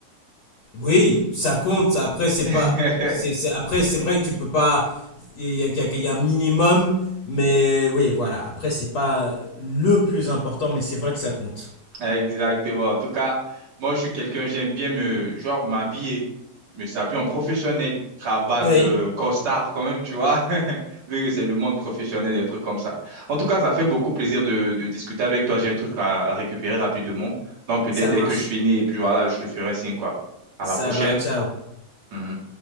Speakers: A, on the left; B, on the right.
A: Oui, ça compte. ça, Après, c'est
B: <laughs>
A: pas, c'est, c'est- après, c'est vrai que tu peux pas, il y a, il y a- il y a un minimum, mais oui, voilà. Après, c'est pas le plus important, mais c'est vrai que ça compte.
B: Exactement. En tout cas, moi, je suis quelqu'un, j'aime bien me, genre, m'habiller, me saper en professionnel, cravate,
A: Oui.
B: euh, costard quand même, tu vois, <laughs> vu que c'est le monde professionnel, des trucs comme ça. En tout cas, ça fait beaucoup plaisir de, de discuter avec toi. J'ai un truc à, à récupérer rapidement. Donc, peut-être
A: Ça
B: dès
A: marche.
B: que je finis, et puis voilà, je te ferai signe, quoi. À
A: Ça
B: la prochaine.
A: va, ciao.
B: Mhm.